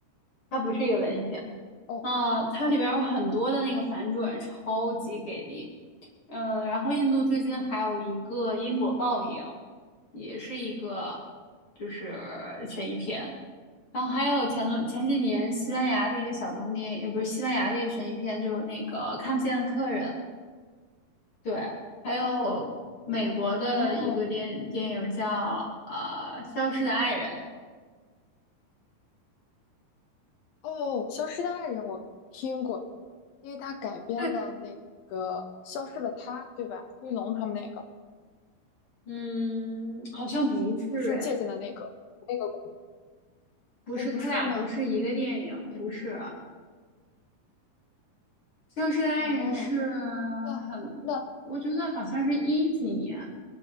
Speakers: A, on the left; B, on the left.
A: 它不是一个文艺片。
B: 哦，
A: 啊，它里边有很多的那个反转，超级给力。呃，然后印度最近还有一个因果报应，
B: 嗯，
A: 也是一个就是悬疑片。然后还有前段前几年西班牙的一个小众电影，也不是西班牙的一个悬疑片，就是那个看不见的客人。对，还有美国的一个电电影叫呃《消失的爱人》。
B: 哦，哦，《消失的爱人》我听过，因为他改编了那个《消失的她》，
A: 对，
B: 对吧？黑龙他们那个
A: 嗯，好像不是哎，
B: 是不是借鉴的那个那个故事？
A: 不是，
B: 哦，不是吗？
A: 他俩不是一个电影，
B: 诶，
A: 不是。消失的爱人是
B: 哦，那那
A: 很，我觉得好像是一几年，